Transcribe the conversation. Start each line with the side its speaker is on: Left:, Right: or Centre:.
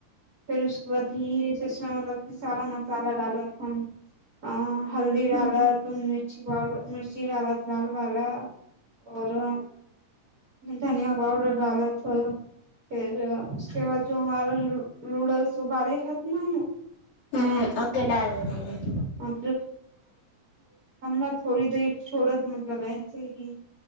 Right: फेर उसके बाद धीरे से उसमे मतलब सारा मसाला डालब हम अ हल्दी डालत त मिर्ची पाउडर मिर्ची डाला लाल वाला आओर धनिया पाउडर भारत रहल ह फेर उसके बाद जो हमार नुडल्स उबाले हेत न
Left: हं ओ के डाल देही
Right: <unintelligible> हम ने थोड़ी देर छोड़त मतलब ऐसे ही